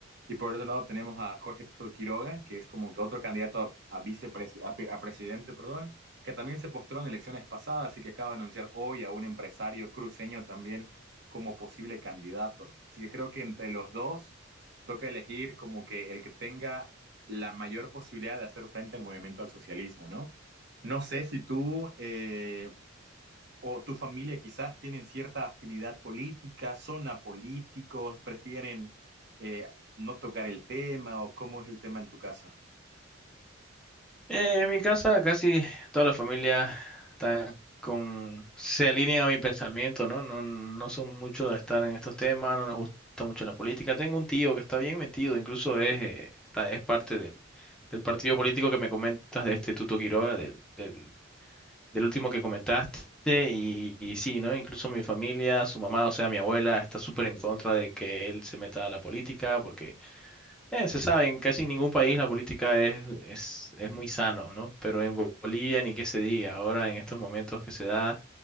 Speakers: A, on the right; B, in the centre.
A: Y por otro lado tenemos a Jorge Quiroga, que es como que otro candidato a, vicepres a, pre- a presidente, perdón, que también se postró en elecciones pasadas y que acaba de anunciar hoy a un empresario cruceño también como posible candidato. Así que creo que entre los dos toca elegir como que el que tenga la mayor posibilidad de hacer frente al movimiento al socialismo, ¿no? No sé si tú eh, o tu familia quizás tienen cierta afinidad política, son apolíticos, prefieren eh, no tocar el tema o cómo es el tema en tu casa.
B: Eh, en mi casa casi toda la familia está con, se alinean a mi pensamiento, ¿no? No, no son mucho de estar en estos temas, no nos gusta mucho la política. Tengo un tío que está bien metido, incluso es, eh, está, es parte del, del partido político que me comentas de este Tuto Quiroga, del, del, del último que comentaste, y, y sí, ¿no? Incluso mi familia, su mamá, o sea, mi abuela, está súper en contra de que él se meta a la política porque eh, se sabe, en casi ningún país la política es, es, es muy sano, ¿no? Pero en Bo- Bolivia ni qué se diga. Ahora, en estos momentos que se da,